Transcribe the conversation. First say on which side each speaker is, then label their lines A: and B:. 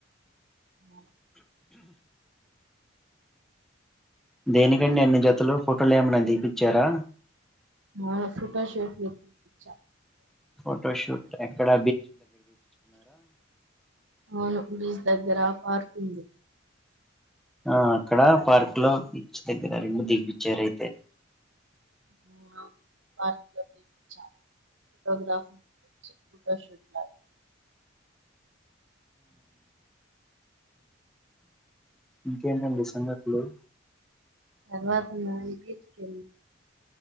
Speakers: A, on the right; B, in the centre.
A: ఆ
B: దేనికండి అన్ని జతలు ఫోటోలు ఏమన్నా దీపిచారా
A: మో ఫోటో షూట్ దీపిచ్చా
B: ఫోటో షూట్ ఎక్కడి
A: అవును బీచ్ దగ్గర పార్కు <unintelligible>
B: ఆ అక్కడ పార్క్ లో <unintelligible> రెండు తినిపిచ్చారైతే
A: అవును పార్కలో తినిపిచ్చాం. ఫోటోగ్రాఫర్ని పిలిచి ఫోటో షూట్ <unintelligible>
B: ఇంకేంటండి సంగతులు
A: తర్వాత నాన్ బీచ్కెల్ల